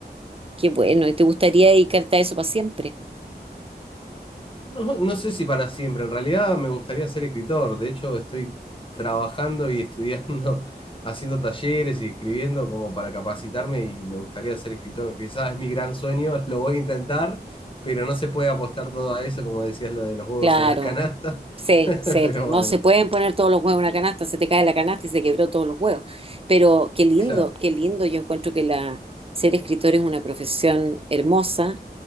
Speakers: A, on the right (about 35°); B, on the left (about 30°).
A: Qué bueno. ¿Y te gustaría dedicarte a eso para siempre?
B: No, no sé si para siempre, en realidad me gustaría ser escritor, de hecho estoy trabajando y estudiando, <laughs> haciendo talleres y escribiendo como para capacitarme y me gustaría ser escritor, quizás es mi gran sueño, <laughs> lo voy a intentar, pero no se puede apostar todo a eso, como decías lo de los huevos
A: Claro.
B: en la canasta,
A: Sí,
B: <laughs>
A: sí.
B: pero
A: Pues no
B: bueno,
A: se pueden poner todos los huevos en una canasta. Se te cae la canasta y se quebró todos los huevos. Pero qué lindo,
B: claro.
A: qué lindo. Yo encuentro que la ser escritor es una profesión hermosa